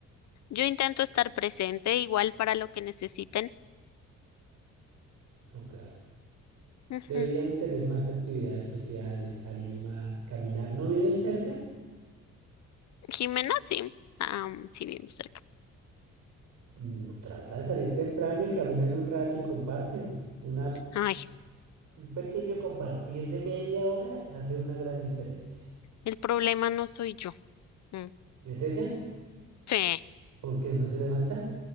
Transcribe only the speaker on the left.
Yo intento estar presente igual para lo que necesiten.
Ujú.
Jimena, sí. Ah, mm, sí, vivimos cerca.
Ay,
el problema no soy yo. Mm,
Sí,